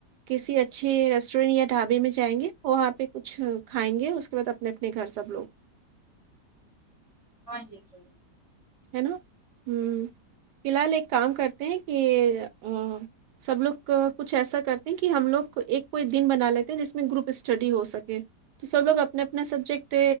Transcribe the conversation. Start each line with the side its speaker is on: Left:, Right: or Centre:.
Right: کسی اچھے ریسٹورینٹ یا ڈھابے میں جائیں گے وہاں پہ کچھ کھائیں گے اس کے بعد اپنے اپنے گھر سب لوگ
Left: ہاں جی جی
Right: ہے نا ہم فی الحال ایک کام کرتے ہیں کہ اہ سب لوگ کچھ ایسا کرتے ہیں کہ ہم لوگ ایک کوئی دن بنا لیتے ہیں جس میں گروپ اسٹڈی ہو سکے تو سب لوگ اپنا اپنا سبجیکٹ